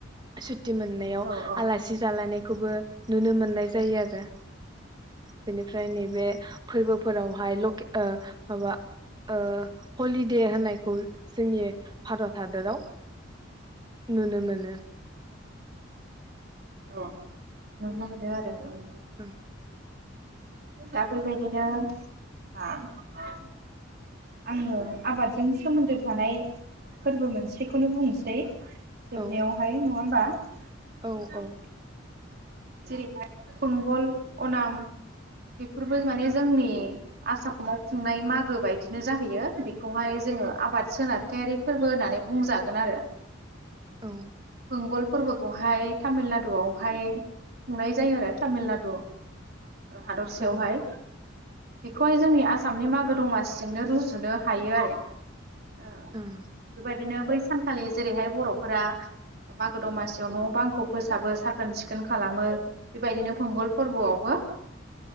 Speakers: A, on the right (about 20°); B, on the right (about 55°).
A: सुत्ति मोननायाव
B: औ औ
A: आलासि जालायनायखौबो नुनो मोननाय जायो आरो बेनिफ्राय नैबे फोर्बो फ बेवहाय लके ओ माबा ओ हलिडे होननायखौ जोंनि भारत हादराव नुनो मोनो
B: अ नुनो मोनोआरो ओं
A: उम
B: दा बैबायदिनो आ आङो आबादजों सोमोन्दो थानाय फोरबो मोनसेखौनो बुंसै जोबनायावहाय
A: औ
B: नङा होमबा।
A: औ
B: जों
A: औ
B: जेरैहाय फंगल अनाम बेफोरबो माने जोंनि आसामाव खुंनाय मागो बायदिनो जाहैयो बेखौहाय जोङो आबाद सोनारथायारि फोरबो होननानै बुंजागोन आरो
A: औ
B: मंगल फोरबोखौहाय तामिल नाडुआवहाय खुंनाय जायो आरो तामिलनाडु ओ हादरसायावहाय
A: औ
B: बेखौहाय जोंनि आसामनि मागो दमासिजोंनो रुजुनो हायो आरो ओ
A: ओं
B: गोबाय बिदिनो बै सानखालि जेरैहाय बर'फोरा मागो द'मासियाव न' बांखौ फोसाबो साखोन सिखोन खालामो बेबायदिनो फुंगल फोरबोआवबो